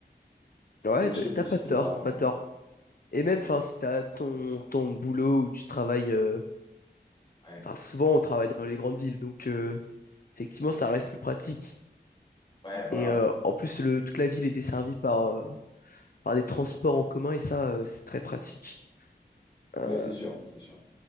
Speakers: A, on the left; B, on the left.
A: Ouais,
B: donc
A: t'as
B: je, sais-
A: t'as pas
B: je sais
A: tort,
B: pas.
A: t'as
B: euh,
A: pas tort. Et même, enfin, si t'as ton, ton boulot où tu travailles. euh,
B: Ouais,
A: Enfin, souvent, on travaille dans les grandes villes. Donc, euh, effectivement, ça reste plus pratique.
B: ouais, voilà.
A: Et euh, en plus, le, toute la ville est desservie par, euh, par des transports en commun. Et ça, euh, c'est très pratique. Euh,
B: Ouais, c'est sûr, c'est sûr.